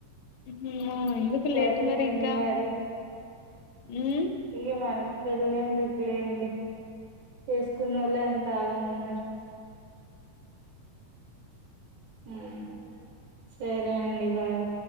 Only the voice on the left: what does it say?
అమ్మ ఎందుకు
లేట్ మరి ఇంకా
ఉమ్